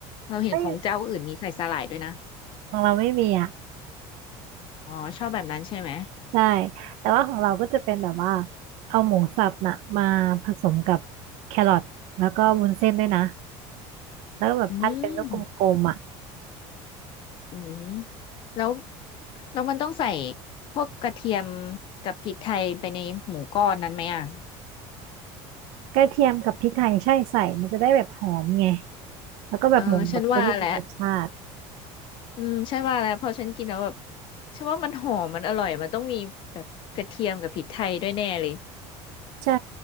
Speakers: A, on the left; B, on the right.
A: เราเห็นของเจ้าอื่นมีใส่สาหร่ายด้วยนะ
B: เอ้ยของเราไม่มีอ่ะ
A: อ๋อชอบแบบนั้นใช่ไหม
B: ใช่ แต่ว่าของเราก็จะเป็นแบบว่าเอาหมูสับน่ะมาผสมกับแครอทแล้วก็วุ้นเส้นด้วยนะ แล้วก็แบบปั้นเป็นลูกกลมๆอ่ะ
A: อืมอืมแล้วแล้วมันต้องใส่พวกกระเทียมกับพริกไทยไปในหมูก้อนนั้นไหมอ่ะ
B: กระเทียมกับพริกไทยใช่ใส่มันจะได้แบบหอมไงแล้วก็แบบหมูแบบจะได้มีรสชาติ
A: เออฉันว่าแหละอืมฉันว่าแล้วพอฉันกินแล้วแบบฉันว่ามันหอมมันอร่อยมันต้องมีแบบกระเทียมกับพริกไทยด้วยแน่เลย
B: ใช่